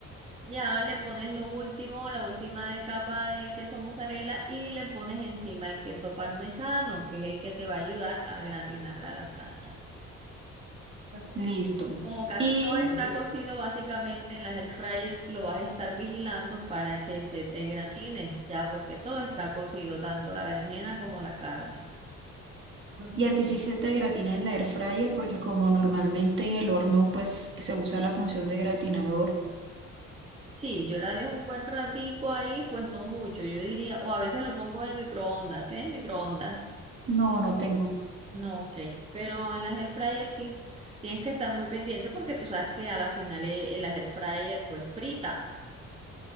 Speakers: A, on the right (about 20°); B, on the right (about 40°).
A: Ya le pones lo último, la última de capa de queso mozzarella y le pones encima el queso parmesano, que es el que te va a ayudar a gratinar la lasaña.
B: Listo.
A: Como casi
B: Y
A: todo está cocido, básicamente en la air fryer lo vas a estar vigilando para que se te gratine, ya porque todo está cocido, tanto la berenjena como la carne.
B: Y a ti sí se te gratina en la air fryer porque como normalmente en el horno pues se usa la función de gratinador.
A: Sí, yo la dejo un buen ratico ahí, pues no mucho, yo diría, o a veces lo pongo en el microondas. ¿Tienes microondas?
B: No, no tengo.
A: No, ok, pero en las air fryer sí, tienes que estar muy pendiente porque tú sabes que a la final eh, el air fryer pues frita,